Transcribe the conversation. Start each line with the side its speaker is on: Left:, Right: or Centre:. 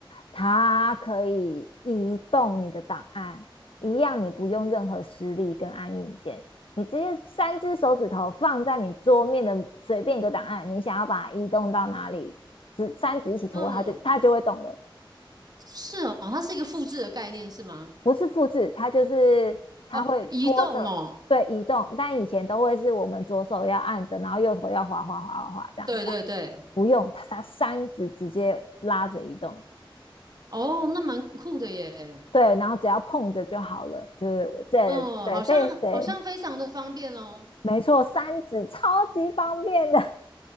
Left: 它可以移动你的档案，一样你不用任何实力跟按硬件，你直接三只手指头放在你桌面的随便一个档案，你想要把它移动到哪里，只三指一起拖，
Right: 嗯，
Left: 它就它就会动了。
Right: 是哦，它是一个复制的概念是吗？
Left: 不是复制，它就是它会拖着对移动，
Right: 哦，移动哦，
Left: 但以前都会是我们左手要按着，然后右手要滑滑滑滑滑这样对吧？
Right: 对对对，
Left: 不用，它它三指直接拉着移动，
Right: 哦，那蛮酷的耶。
Left: 对，然后只要碰着就好了，就是这对非对，
Right: 嗯，好像好像非常的方便哦。
Left: 没错，三指超级方便的，